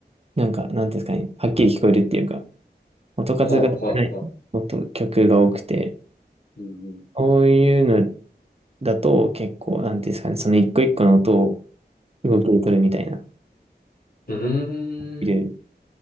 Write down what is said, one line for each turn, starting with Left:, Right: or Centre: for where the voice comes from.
Right: なんか、なんていうんですかね、はっきり聞こえるっていうか、音数が少ない音、
Left: はいはいはい。
Right: 曲が多くて、
Left: うん
Right: そういうのだと結構、なんていうんですかね、その一個一個の音を動きで取るみたいな、
Left: うん。
Right: いる
Left: うーん、